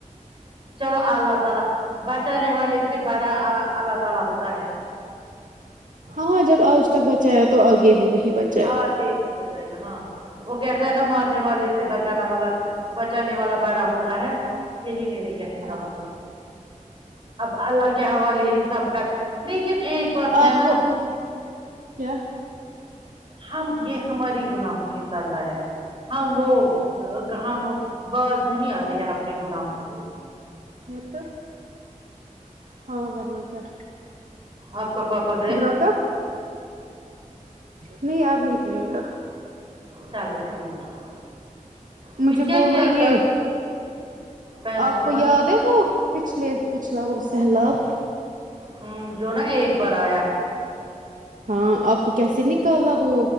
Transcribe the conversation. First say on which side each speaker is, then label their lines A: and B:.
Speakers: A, on the right (about 40°); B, on the right (about 70°).
A: چلو اللہ تعالی بچانے والے سے بڑا اللہ تعالی ہوتا ہے
B: ہاں جب آج تک بچایا تو آگے بھی وہی بچا
A: ہاں جی بچائے گا ہاں وہ کہتا ہے نا مارنے والے سے بچانا والا بچانے والا باڑا ہوتا ہے یہی میرا کہنے کا
B: ہاں
A: مطلب اب اللہ کے حوالے یہ ساب کا لیکن ایک بات ہے
B: آپ
A: نا
B: کو کیا
A: ہم یہ ہماری گناہوں کی سازہ ہے ہم وہ ہم باز نہیں آتے ہیں اپنے گناہوں سے
B: پھر کل ہاں ورنہ کیا
A: اپ کا بابا
B: سدرا کا نہیں آپ نکلے گا
A: چلو ٹھیک ہے پھر
B: مجھے
A: کیا
B: بولو
A: کیا کل
B: یہ
A: پیسوں
B: آپ کو
A: کا
B: یاد ہے وہ پچھلے پچھلا وہ سیلاب
A: ہوں جو نا ایک بار آیا
B: ہاں آپ کو کیسے نکالا وہ